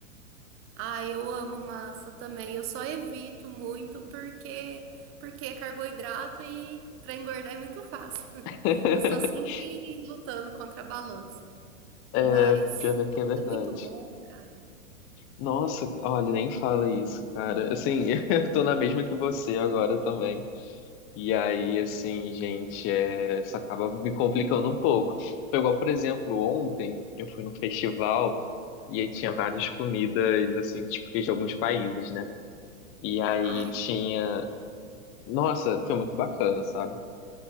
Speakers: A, on the right; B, on the left.
A: Ah, eu amo massa também. Eu só evito muito porque porque é carboidrato e para engordar é muito fácil. <laughs>
B: <laughs>
A: Eu estou sempre lutando contra a balança.
B: É,
A: Mas
B: já ver
A: nossa,
B: que é verdade.
A: é muito bom, cara.
B: Nossa, olha, nem fala isso, cara. Assim, <laughs> eu tô na mesma que você agora também. E aí, assim, gente, é, isso acaba me complicando um pouco. Foi igual, por exemplo, ontem eu fui num festival e aí tinha várias comidas, assim, típicas de alguns países, né? E aí
A: Ai,
B: tinha. Nossa, foi muito bacana, sabe?